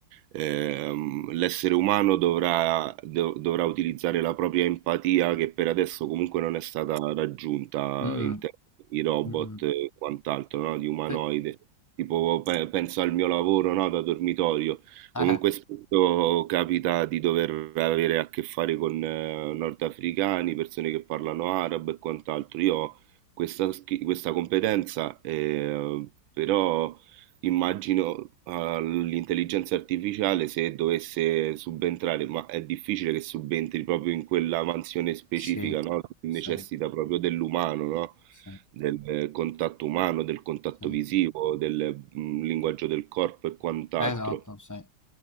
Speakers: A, on the right; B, on the left.
A: ehm, l'essere umano dovrà, dov- dovrà utilizzare la propria empatia, che per adesso comunque non è stata raggiunta
B: mm,
A: in termini di robot
B: mm, mm,
A: e quant'altro, no? Di umanoide.
B: sì,
A: Tipo, pe- penso al mio lavoro, no? Da dormitorio.
B: Eh,
A: Comunque spesso capita di dover avere a che fare con eh, nordafricani, persone che parlano arabo e quant'altro. Io ho questa, schi- questa competenza, eh, però immagino all'intelligenza artificiale se dovesse subentrare, ma è difficile che subentri proprio in quella mansione specifica,
B: sì,
A: no? Che
B: sì,
A: necessita proprio dell'umano, no?
B: sì,
A: Del eh, contatto umano, del contatto
B: sì.
A: visivo, del mm, linguaggio del corpo e quant'altro.
B: Esatto, sì.